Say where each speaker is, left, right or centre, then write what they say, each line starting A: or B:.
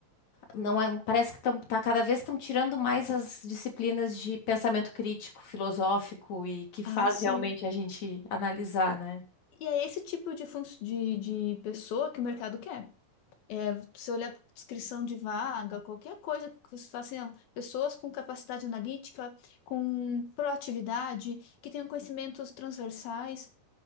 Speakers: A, on the left; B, on the left.
A: Não é- Parece que tão, tá, cada vez estão tirando mais as disciplinas de pensamento crítico, filosófico e que faz
B: Ah, sim.
A: realmente a gente analisar, né?
B: E é esse tipo de, fun- de, de pessoa que o mercado quer. É, se olhar para descrição de vaga, qualquer coisa que você fala assim, não, pessoas com capacidade analítica, com proatividade, que tenham conhecimentos transversais.